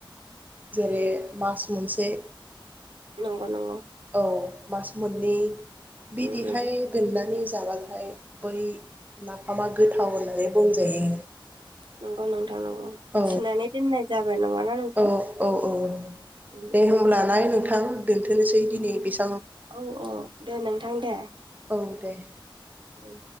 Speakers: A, on the right; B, on the right.
A: जेरै मास मोनसे
B: नंगौ नंगौ
A: औ मास मोननै बिदिहाय
B: उम उम
A: दोननानै जाबाथाय बै नाफामा गोथाव होननानै बुंजायो।
B: नंगौ नंगौ।
A: औ
B: थिनानै दोननाय जाबाय नङाना नोंथां?
A: औ औ औ
B: उम
A: दे
B: उम
A: होब्ला ना नोंथां दोनथनोसै दिनै बिसां
B: औ औ दे नोंथां दे।
A: औ दे।
B: उम